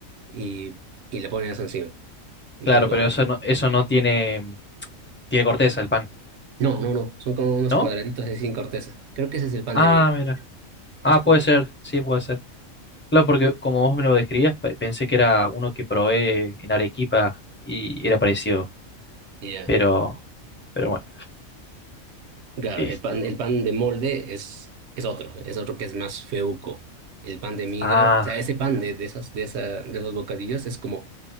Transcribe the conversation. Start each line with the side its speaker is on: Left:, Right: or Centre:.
Right: y, y le ponen eso encima. Y
Left: claro,
Right: queda como...
Left: pero eso no, eso no tiene, tiene corteza el pan,
Right: No, no, no, son como unos
Left: ¿no?
Right: cuadraditos así sin corteza. Creo que ese es el pan
Left: Ah,
Right: de miga,
Left: mira.
Right: que
Left: Ah,
Right: es como...
Left: puede ser, sí, puede ser. Claro, porque como vos me lo describías, pe- pensé que era uno que probé en Arequipa y era parecido,
Right: y Ya,
Left: pero, pero bueno,
Right: Claro,
Left: esto.
Right: el pan, el pan de molde es, es otro, es otro que es más feuco. El pan de miga,
Left: Ah,
Right: o sea, ese pan de, de esas, de esa, de esos bocadillos es como